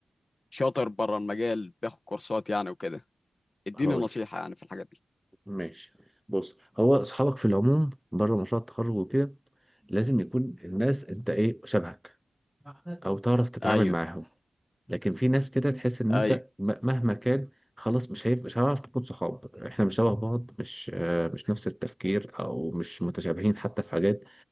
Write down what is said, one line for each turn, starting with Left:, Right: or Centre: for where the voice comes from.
Left: شاطر بره المجال بياخد كورسات يعني وكده اديني
Centre: هقول
Left: نصيحة يعني في الحاجات دي
Centre: ماشي بص هو اصحابك في العموم بره مشروع التخرج وكده لازم يكون الناس انت ايه شبهك او تعرف تتعامل
Left: أيوه
Centre: معاهم لكن في ناس كده تحس ان
Left: أيوه
Centre: انت م- مهما كان خلاص مش هيف... مش هنعرف نكون صحاب احنا مش شبه بعض مش آه، مش نفس التفكير او مش متشابهين حتى في حاجات